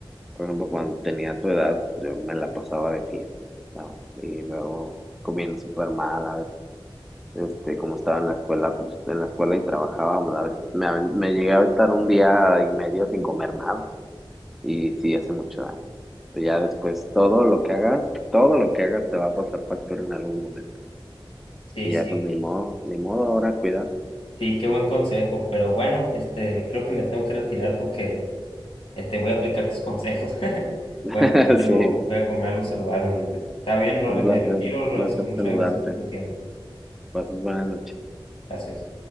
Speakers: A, in the centre; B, on the left (about 75°).
A: Por ejemplo, cuando tenía tu edad, yo me la pasaba de fiesta, ¿no? Y luego comiendo súper mal, este, como estaba en la escuela, pues en la escuela y trabajaba, pues, a veces me, aven- me llegué a aventar un día y medio sin comer nada y sí hace mucho daño. Pero ya después todo lo que hagas, todo lo que hagas te va a pasar factura en algún momento.
B: Sí,
A: Y
B: sí,
A: ya pues ni modo, ni modo ahora cuidarse.
B: sí, qué buen consejo. Pero bueno, este, creo que me tengo que retirar porque este, voy a aplicar tus consejos. <laughs>
A: <laughs>
B: Voy a comer
A: Sí,
B: algo, voy a comer algo saludable ahorita. Está bien, no,
A: un
B: me
A: placer,
B: retiro,
A: un
B: Lorenzo.
A: placer
B: Muchas
A: saludarte.
B: gracias por tu tiempo.
A: Pases buenas noches.
B: Gracias.